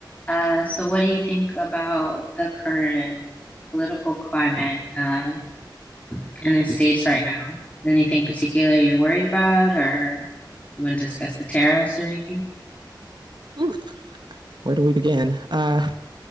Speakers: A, on the left; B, on the right.
A: Uh, so what do you think about the current political climate uh, in the States right now? Anything particular you're worried about, or you want to discuss the tariffs or anything?
B: Oof, where do we begin? Uh,